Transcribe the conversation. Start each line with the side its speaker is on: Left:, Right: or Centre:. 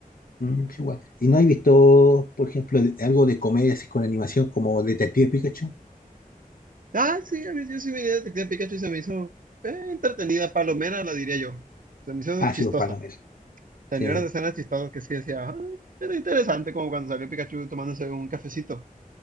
Left: mm, sí, igual. ¿Y no has visto, por ejemplo, de- algo de comedia así con animación como Detective Pikachu?
Right: Ah, sí, a mí, yo sí vi Detective Pikachu y se me hizo eh, entretenida, palomera, la diría yo. Se me hizo
Left: Ah,
Right: chistosa.
Left: sí, pues Palomera.
Right: Tenía
Left: Sí,
Right: unas escenas chistosas que sí decía, "Ah, era interesante como cuando salió Pikachu tomándose un cafecito.